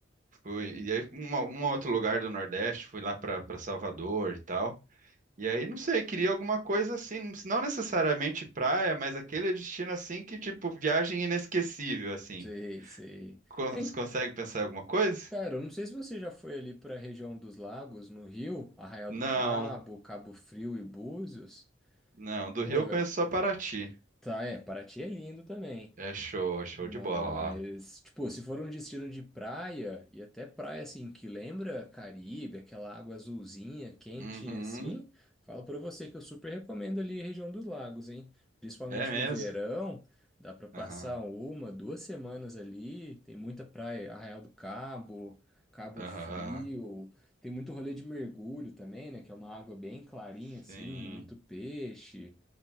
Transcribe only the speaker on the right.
Fui, e aí, uma- um outro lugar do Nordeste, fui lá pra pra Salvador e tal. E aí, não sei, queria alguma coisa assim, não necessariamente praia, mas aquele destino assim que, tipo, viagem inesquecível, assim.
Con-
Você consegue pensar em alguma coisa?
Não,
não. Do
Rio eu conheço só Paraty.
É show, é show
de bola lá.
Uhum,
é mesmo.
Aham.
Aham.
Sim,